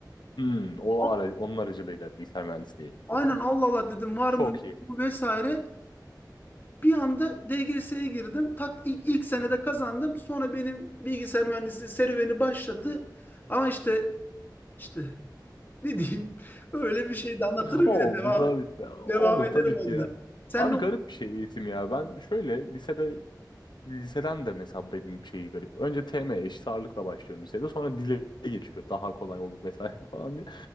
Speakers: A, on the left; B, on the left.
A: Hmm, O
B: A-
A: ara onun aracılığıyla bilgisayar mühendisliği
B: Aynen
A: okudum.
B: Allah Allah dedim var
A: Çok
B: mı yok
A: iyi.
B: mu vesaire. Bir anda DGS'ye girdim. Tak ilk, ilk senede
A: Aynen.
B: kazandım. Sonra benim bilgisayar mühendisi serüveni başladı. Ama işte işte ne diyeyim öyle bir şey de anlatırım
A: Oldu
B: yine devam
A: da bitti. Olur
B: devam ederim
A: tabii
B: onda.
A: ki ya.
B: Sen
A: Abi
B: ne
A: garip bir şey eğitim ya. Ben şöyle lisede liseden de mesela benim şeyi garip. Önce TM eşit ağırlıkla başlıyorum lisede. Sonra dile geçiyor. Daha kolay oldu vesaire <laughs> falan diye.